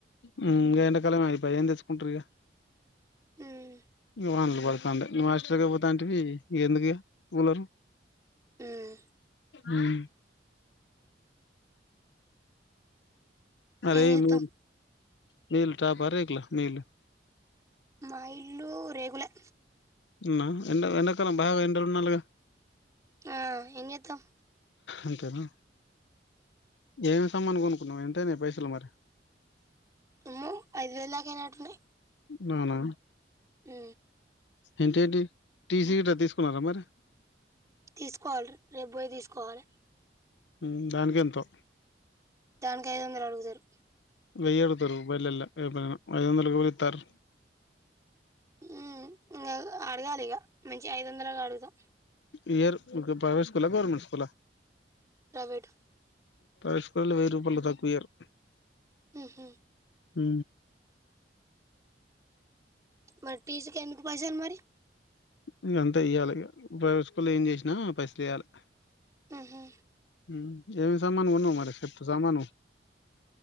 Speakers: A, on the left; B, on the right.
A: ఉమ్ ఇగ ఎడాకాలమే అయిపోయే ఏం తెచ్చుకుంటారు ఇగ
B: ఉమ్
A: వనాలే పడుతండై నువ్వు హాస్టల్కే పోతాంటివి ఇగ ఎందుకు ఇగ కూలరు
B: ఉమ్
A: ఉమ్ అరే
B: ఏం చేత్తాం
A: నువ్వు మీ ఇల్లు టపా రేకులా మీ ఇల్లు
B: మా ఇల్లు రేకులే
A: నా ఎండ ఎండకాలం బాగా ఎండలు ఉండాలే కదా
B: ఆ ఏం చెత్తం
A: అంతేనా, ఏమేమి సామాను కొనుకున్నావు ఎంతనాయి పైసలు మరి
B: ఉ ఐదు వెలు దాకా అయినట్టునయి
A: అవున
B: ఉ
A: ఇంకేంటి టీసీ గిట్ట తీసుకున్నారా మరి
B: తీసుకోవాలే రేపు పోయి తీసుకోవాలే
A: ఉమ్ దానికేంతో
B: దానికి ఐదు వందలు అడుగుతారు
A: వేయి అడుగుతారు <unintelligible> ఐదు వందలకి ఎవరు ఇత్తరూ
B: ఉ అడగాలి ఇగ మంచి ఐదు వందలు అడుగుదాం
A: ఇయరు ప్రైవేట్ స్కూల్ ఆ గవర్నమెంట్ స్కూల్ ఆ
B: ప్రైవేట్
A: ప్రైవేట్ స్కూల్లో వెయ్యి రూపాయలు తక్కువ ఇయ్యారు
B: ఉహు
A: ఊ
B: మరి టీచర్ కు ఎందుకు పైసలు మరి
A: ఇగ అంతే ఇయ్యాలి ఇగ ప్రైవేట్ స్కూల్ లో ఏం చేసినా పైసలు ఇయ్యాలి
B: ఉహు
A: ఊ ఏవి సామాను కొన్నావ్ మరి ఎప్త్ సామాను